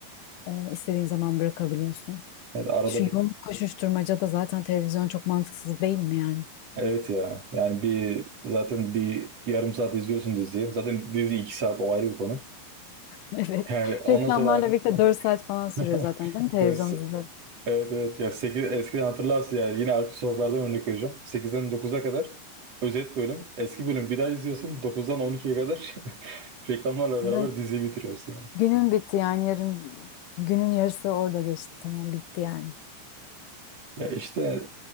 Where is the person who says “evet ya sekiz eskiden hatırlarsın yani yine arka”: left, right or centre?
Right